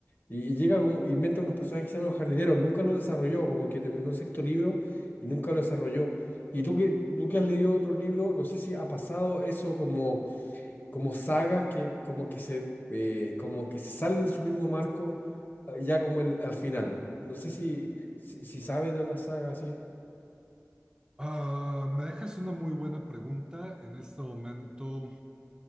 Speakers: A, on the left; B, on the right.
A: y, y llega como, inventa unos personajes que se llaman los jardineros, nunca lo desarrolló, como que terminó el sexto libro y nunca lo desarrolló. Y tú que, tú que has leído otro libro, no sé si ha pasado eso como como sagas que como que se eh, como que se salen de su mismo marco eh, ya como el al final. No sé si si, si sabes de otra saga así.
B: Ah, me dejas una muy buena pregunta. En este momento